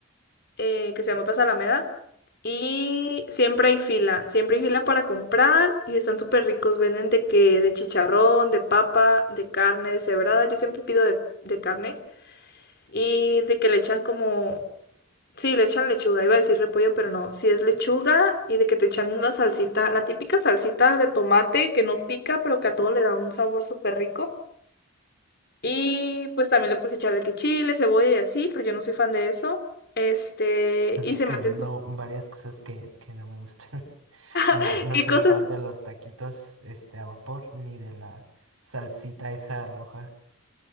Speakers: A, on the left (about 50°); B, on the right (about 75°).
A: eh, que se llama Plaza Alameda. Y siempre hay fila, siempre hay fila para comprar y están súper ricos. Venden de que, de chicharrón, de papa, de carne, de cebrada. Yo siempre pido de, de carne y de que le echan como, sí, le echan lechuga. Iba a decir repollo, pero no. Si es lechuga y de que te echan una salsita, la típica salsita de tomate que no pica, pero que a todo le da un sabor súper rico. Y pues también le puedes echar de que chile, cebolla y así, pero yo no soy fan de eso. Este,
B: Estás
A: y
B: describiendo
A: se me hacen su-
B: varias cosas que, que no me gustan. <laughs> No,
A: <laughs>
B: no
A: ¿Qué
B: soy
A: cosas?
B: fan de los taquitos este, a vapor ni de la salsita esa roja.